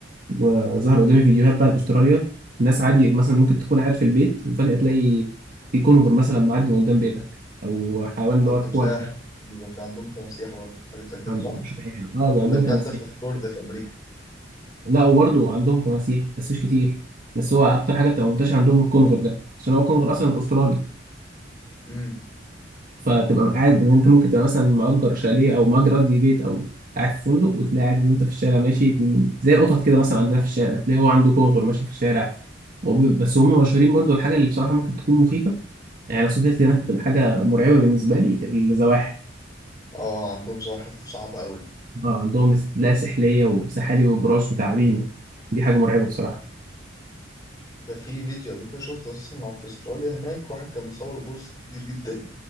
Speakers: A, on the right; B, on the left.
A: وظهر قدامي فيديوهات بقى لاستراليا الناس عادي مثلا ممكن تكون قاعد في البيت وفجاه تلاقي في كونغر مثلا معدي من قدام بيتك او حيوان اللي
B: أو
A: هو
B: تمساح
A: الكوالا ده
B: بيبقى في عندهم تماسيح برضه حاجات زي كده
A: عندهم
B: صح؟
A: مش عارف. اه
B: ولا
A: عندهم
B: الكلام
A: تماسيح
B: ده في فلوريدا في أمريكا
A: لا وبرضه عندهم تماسيح بس مش كتير بس هو اكتر حاجه بتبقى منتشره عندهم الكونغر ده عشان هو الكونغر اصلا استرالي
B: امم
A: فتبقى قاعد ان انت ممكن تبقى مثلا مأجر شاليه او مأجر قصدي بيت او قاعد في فندق وتلاقي قاعد انت في الشارع ماشي زي القطط كده مثلا عندنا في الشارع تلاقي هو عنده كونغر ماشي في الشارع وب- بس هم مشهورين برضو الحاجه اللي بصراحه ممكن تكون مخيفه يعني لو سافرت هناك هتبقى حاجه مرعبه بالنسبه لي الزواحف
B: اه عندهم زواحف صعبة أوي
A: اه عندهم لا سحليه وسحالي وبراس وتعابين
B: آه.
A: دي حاجه مرعبه بصراحه
B: ده في فيديو قبل كده شفته اساسا في استراليا هناك واحد كان مصور بورصة كبير جدا